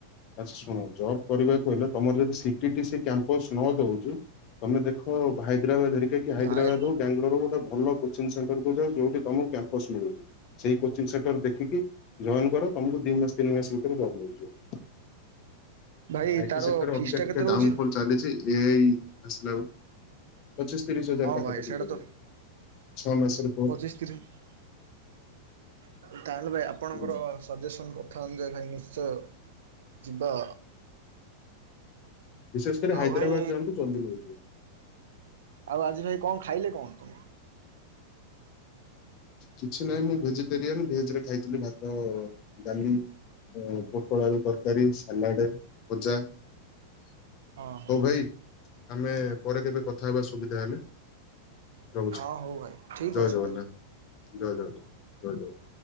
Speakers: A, on the left; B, on the right.
A: ଆଚ୍ଛା ଶୁଣ ଜବ୍ କରିବାକୁ ହେଲେ, ତମର ଯଦି C T T C campus ନ ଦଉଛି, ତମେ ଦେଖ ହାଇଦ୍ରାବାଦ ହେରିକା କି ହାଇଦ୍ରାବାଦ
B: ନାଇଁ
A: ହଉ, ବାଙ୍ଗାଲୋର ହଉ, ଗୋଟେ ଭଲ କୋଚିଂ ସେଣ୍ଟରକୁ ଯାଅ ଯୋଉଠି ତମକୁ କ୍ୟାମ୍ପସ୍ ମିଳୁଛି। ସେଇ କୋଚିଂ ସେଣ୍ଟର ଦେଖିକି ଜଏନ କର, ତମକୁ ଦି ମାସ ତିନି ମାସ ରେ ଜବ୍ ମିଳିଯିବ।
B: ଭାଇ
A: ଆଇ
B: ତାର
A: ଟି ସେକ୍ଟରରେ
B: ଫିସ୍
A: ଅବିକା
B: ଟା
A: ଟିକେ
B: କେତେ ରହୁଛି
A: ଡାଉନ୍ ଫଲ ଚାଲିଚି ଏ ଆଇ ଆସିଲା ଆଉ। ପଚିଶ ତିରିଶ ହଜାର
B: ହଁ
A: ପାଖାପାଖି
B: ଭାଇ ସେଇଟା
A: ପଡିବ।
B: ତ
A: ଛଅ ମାସରେ
B: ପଚିଶ ତିରିଶ, ତାହେଲେ ଭାଇ ଆପଣଙ୍କର
A: ହୁଁ
B: ସଜେସନ କଣ? <unintelligible> ନିଶ୍ଚୟ ଯିବା।
A: ବିଶେଷ କରି
B: ଆଉ
A: ହାଇଦ୍ରାବାଦ
B: ଭାଇ
A: ଯାଆନ୍ତୁ ଜଲଦି ମିଳିଯିବ।
B: ଆଉ ଆଜି ଭାଇ କଣ ଖାଇଲେ କହନ୍ତୁ?
A: କିଛି ନାହିଁ ମୁଁ ଭେଜିଟେରିଆନ। ଭେଜରେ ଖାଇଥିଲି ଭାତ, ଡାଲି ଉଁ ପୋଟୋଳ ଆଳୁ ତରକାରୀ, ସାଲାଡେ, ଭଜା।
B: ହଁ ହଁ
A: ହୋଉ ଭାଇ ଆମେ ପରେ କେବେ କଥା ହବା ସୁବିଧା ହେଲେ। ରହୁଛି
B: ହଁ ହଉ ଭାଇ ଠିକ୍
A: ଜୟ
B: ଅଛି
A: ଜଗନ୍ନାଥ
B: ଭାଇ
A: ଜୟ ଜଗନ୍ନାଥ ଜୟ ଜଗନ୍ନାଥ।